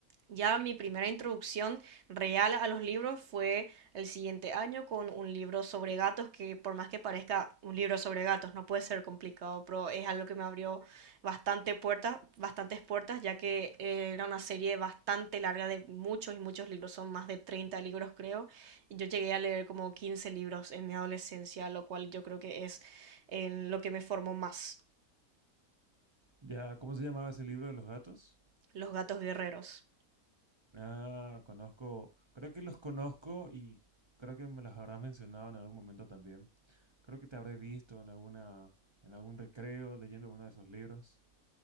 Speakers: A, on the right; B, on the right.
A: Ya mi primera introducción real a los libros fue el siguiente año con un libro sobre gatos que por más que parezca un libro sobre gatos no puede ser complicado, pero es algo que me abrió bastante puertas, bastantes puertas, ya que eh, era una serie bastante larga de muchos y muchos libros, son más de 30 libros creo, yo llegué a leer como 15 libros en mi adolescencia, lo cual yo creo que es en lo que me formó más,
B: Ya, ¿cómo se llamaba ese libro de los gatos?
A: Los gatos guerreros.
B: Ah, conozco, creo que los conozco y creo que me los habrás mencionado en algún momento también. Creo que te habré visto en alguna, en algún recreo leyendo uno de esos libros,